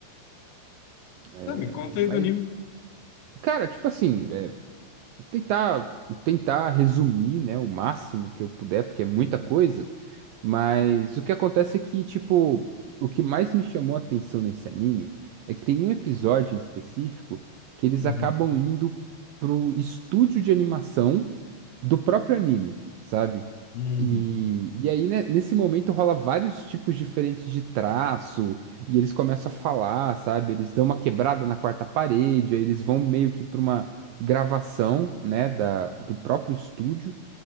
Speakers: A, on the right; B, on the left.
A: É,
B: Tá, me conta
A: mas
B: aí do anime.
A: Cara, tipo assim, é, tentar tentar resumir, né, o máximo que eu puder, porque é muita coisa. Mas o que acontece é que, tipo, o que mais me chamou a atenção nesse anime é que tem um episódio em específico que eles
B: Uhum.
A: acabam indo pro estúdio de animação do próprio anime, sabe?
B: Uhum.
A: E, e aí, né, nesse momento, rola vários tipos diferentes de traço, e eles começam a falar, sabe? Eles dão uma quebrada na quarta parede, aí eles vão meio que pra uma gravação, né, da, do próprio estúdio